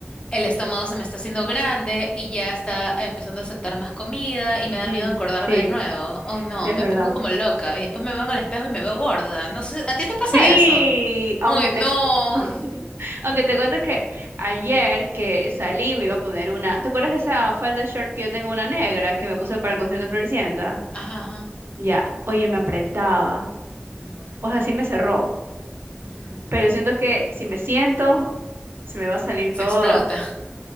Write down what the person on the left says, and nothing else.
el estómago se me está haciendo grande y ya está empezando a aceptar más comida y
me da miedo engordarme
de nuevo. Oh, no,
me
pongo como loca y después me veo en el espejo y me veo gorda. No sé, ¿a ti te pasa
eso?
Uy, no.
Ajá, ajá.
Oh, no.
Ujú.
Se
explota.